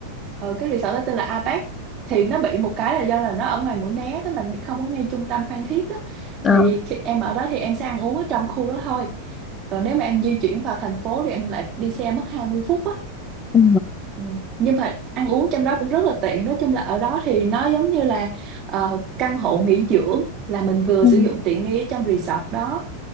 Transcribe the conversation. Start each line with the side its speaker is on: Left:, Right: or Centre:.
Right: ừ, cái resort đó tên là Apex thì nó bị một cái là do là nó ở ngoài Mũi Né tức là không có ngay trung tâm Phan Thiết á
Left: à,
Right: thì khi em ở đó thì em sẽ ăn uống ở trong khu đó thôi còn nếu mà em di chuyển vào thành phố thì em lại đi xe mất 20 phút á
Left: ừ,
Right: ừ. nhưng mà ăn uống trong đó cũng rất là tiện nói chung là ở đó thì nó giống như là ờ, căn hộ nghỉ dưỡng là mình vừa
Left: ừ,
Right: sử dụng tiện nghi trong resort đó